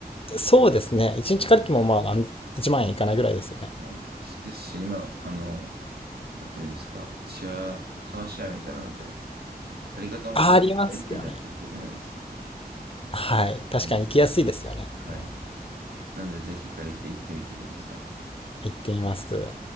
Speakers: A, on the left; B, on the right.
A: そうですね。1日借りてもまあなん1万円いかないぐらいですよね。
B: はい。はい。しですし、今、あの、なんていうんですか、シェア、カーシェアみたいなので、借り方もすごく便利になってきたじゃないですか。
A: あー、ありますよね。はい。確かに行きやすいですよね。
B: うん。はい。
A: もう
B: なんで、ぜひ借りて行ってみてください。
A: 行ってみます。